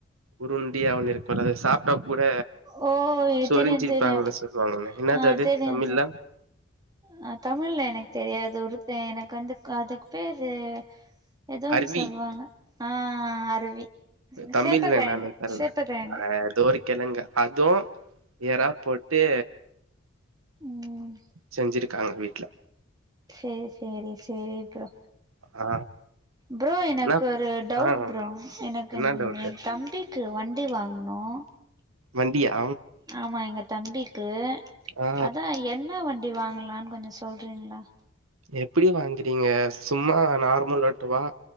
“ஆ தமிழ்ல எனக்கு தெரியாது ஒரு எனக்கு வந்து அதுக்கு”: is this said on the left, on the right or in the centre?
Right